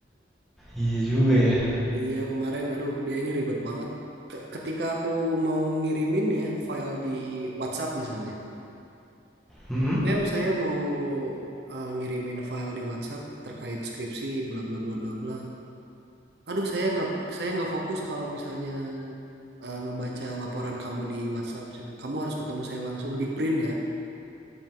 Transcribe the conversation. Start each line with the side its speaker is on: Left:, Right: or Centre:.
Centre: iya juga ya.
Right: Iya, kemarin aduh dia ini ribet banget. Ke- Ketika aku mau ngirimin ya file di WhatsApp misalnya.
Centre: Mhm.
Right: Mem, saya mau eh, ngirimin file di WhatsApp terkait skripsi bla bla bla bla bla. Aduh, saya nggak saya nggak fokus kalau misalnya eh, ngebaca laporan kamu di WhatsApp. Cen. Kamu harus ketemu saya langsung di print ya.